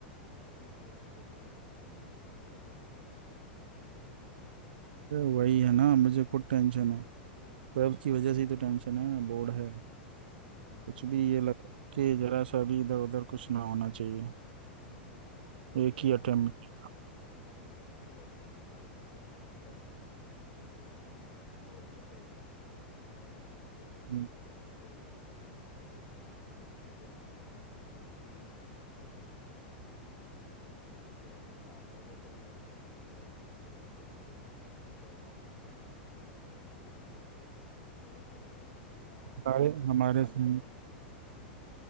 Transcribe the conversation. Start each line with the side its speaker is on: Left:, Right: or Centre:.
Left: जब भी हमारे कुछ क्वेश्चंस होते हैं उनका आंसर नहीं कर पाते प्रॉपरली
Right: अरे वही है ना मुझे खुद टेंशन है वेब की वजह से ही तो टेंशन है बोर्ड है
Left: हम्म
Right: कुछ भी ये लगता है कि जरा सा भी इधर उधर कुछ ना होना चाहिए
Left: हाँ, मेरा
Right: एक ही अटेम्प्ट
Left: मैं मैथ तो अपने सारस्वत सर के यहाँ पे कर रहा हूँ तो मैथ तो अच्छा चल रहा है अ, लेकिन फिजिक्स
Right: हम्म,
Left: और केमिस्ट्री को लेके मैं काफ़ी थोड़ा मेरे को दिक्कतें आ रही हैं मेरे को समझ में ही नहीं आता मेरे सर के ऊपर से जाता है तो आप अगर कोई एडवाइस दे सको या फिर कोई अच्छा टीचर आपके आपके स्कूल से मैंने सुना है अ, मोहित
Right: सारे
Left: सर
Right: हमारे
Left: काफी अच्छा
Right: से
Left: पढ़ा रहे हैं